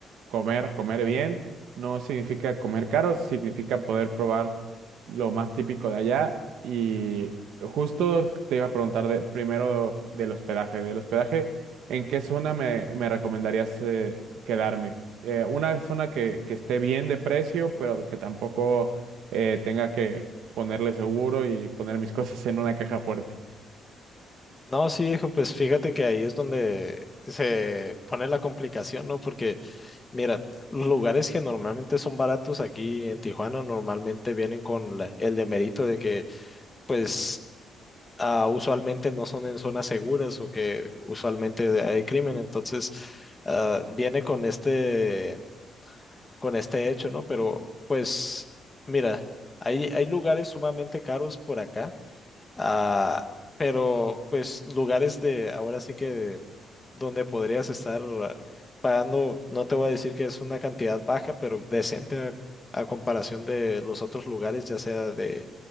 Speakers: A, on the right (about 80°); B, on the left (about 20°).
A: comer, comer bien. No significa comer caro, significa poder probar lo más típico de allá. Y justo te iba a preguntar de- primero del hospedaje. Del hospedaje, ¿en qué zona me, me recomendarías eh, quedarme? Eh, una zona que, que esté bien de precio, pero que tampoco eh, tenga que ponerle seguro y poner mis <laughs> cosas en una caja fuerte.
B: No, sí, viejo, pues fíjate que ahí es donde se pone la complicación, ¿no? Porque, mira, los lugares que normalmente son baratos aquí en Tijuana normalmente vienen con la- el demerito de que, pues, ah, usualmente no son en zonas seguras o que usualmente hay crimen, entonces, ah, viene con este, con este hecho, ¿no? Pero, pues, mira, hay, hay lugares sumamente caros por acá, ah, pero, pues, lugares de, ahora sí que donde podrías estar ah, pagando, no te voy a decir que es una cantidad baja, pero decente a, a comparación de los otros lugares, ya sea de